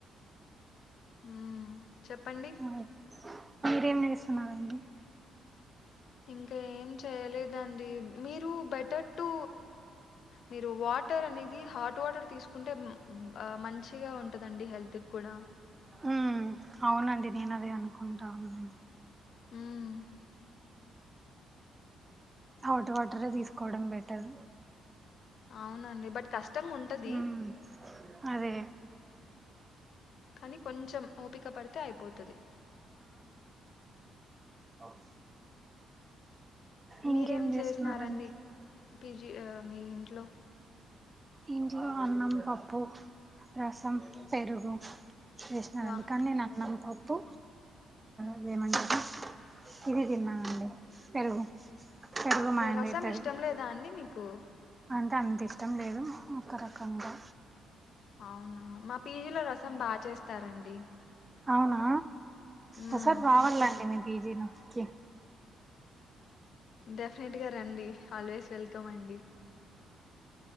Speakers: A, on the left; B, on the right.
A: మ్మ్. చెప్పండి
B: చ్చంది మీరేం చేస్తున్నారండి
A: ఇంకా ఏం చేయలేదు దండి మీరు బెటర్ టు మీరు వాటర్ అనేది హాట్ వాటర్ తీసుకు కుంటే మంచిగా ఉంటుందండి హెల్త్కి కూడా
B: ఉమ్ అవునండి నేను అదే అనుకుంటాఉనా
A: హమ్
B: హౌట్ వాటర్
A: ఇంగ్
B: తీసుకోవడం బెటర్
A: అవునండి బట్ కష్టంగా ఉంటది
B: ఉమ్ అదే
A: కానీ కొంచెం ఓపిక పడితే అయిపోతుది
B: అవును
A: మీరేం
B: ఇంకేం చేస్తున్నారండి
A: చేసినారండి బిర్యానీ మీ ఇంట్లో
B: ఇంటిలో అన్నం పప్పు రసం పెరుగు చేసినానండి
A: వా!
B: కానీ నేను అన్నం పప్పు
A: హ్మ్.
B: ఇదేమంటారు ఇది తిన్నానుండి పెరుగు పెరుగు
A: ఓకే
B: మా ఆయన
A: రసం
B: తిడతాడు
A: ఇష్టం లేదా అండి మీకు
B: అ అంత ఇష్టం లేదు ఒక రకంగా
A: అవునా మా పీజీలో రసం బాగా చేస్తారండి
B: అవునా
A: హ్మ్.
B: ఒకసారి రావాలండి మీ పీజీ నకి
A: డెఫినెట్గా రండి ఆల్వేస్ వెల్కమ్ అండి